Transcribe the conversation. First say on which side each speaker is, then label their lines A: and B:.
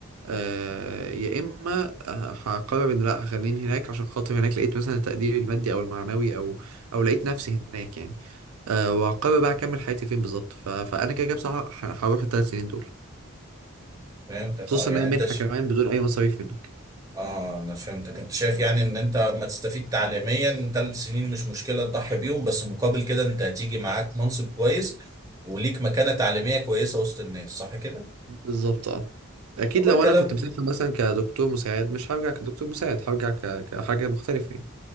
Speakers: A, on the right (about 80°); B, on the right (about 15°).
A: آه يا اما آه، هقرر ان لا هخليني هناك عشان خاطر هناك لقيت مثلا التقدير المادي او المعنوي او او لقيت نفسي هناك يعني آه وهقرر بقى اكمل حياتي فين بالظبط ف... فانا كده كده بصراحه ه- هروح الثلاث سنين دول
B: فهمتك
A: خصوصا
B: اه يعني
A: ان هي منحه
B: انت ش...
A: كمان بدون اي مصاريف منك
B: اه انا فهمتك انت شايف يعني ان انت ما تستفيد تعليميا من ثلاث سنين مش مشكلة تضحي بيهم بس مقابل كده انت هتيجي معاك منصب كويس وليك مكانة تعليمية كويسة وسط الناس صح كده؟
A: بالظبط اه اكيد
B: والله
A: لو
B: كلام
A: انا كنت مسافر مثلا كدكتور مساعد مش هرجع كدكتور مساعد هرجع ك... كحاجه مختلفه يعني